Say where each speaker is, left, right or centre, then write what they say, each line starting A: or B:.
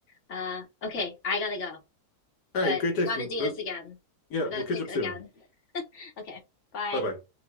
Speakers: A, on the left; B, on the left.
A: Uh, okay, I gotta go,
B: All
A: but
B: right, great
A: we
B: taking.
A: gotta do this again.
B: Yeah,
A: We
B: we'll
A: gotta
B: catch
A: pick
B: up
A: again.
B: soon.
A: Okay, bye.
B: Bye bye.